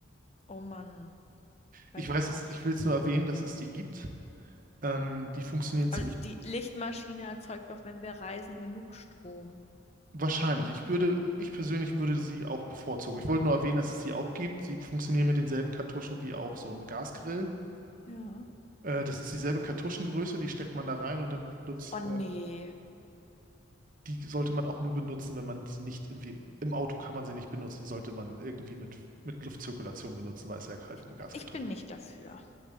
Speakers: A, on the left (about 30°); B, on the right (about 45°).
A: Oh Mann, weiß
B: Ich weiß,
A: ich nicht.
B: es, ich will es nur erwähnen, dass es die gibt. Ähm, die funktionieren ziemlich
A: Aber die Lichtmaschine erzeugt doch, wenn wir reisen, genug Strom.
B: wahrscheinlich. Ich würde, ich persönlich würde sie auch bevorzugen. Ich wollte nur erwähnen, dass es sie auch gibt. Sie funktionieren mit denselben Kartuschen wie auch so ein Gasgrill.
A: Ja.
B: Äh, das ist dieselbe Kartuschengröße, die steckt man da rein und dann plötzlich,
A: Oh nee,
B: äh, die sollte man auch nur benutzen, wenn man sie nicht irgendwie im, im Auto kann man sie nicht benutzen. Die sollte man irgendwie mit, mit Luftzirkulation benutzen, weil es ja halt eine Gaskartusche.
A: Ja, ich bin nicht dafür.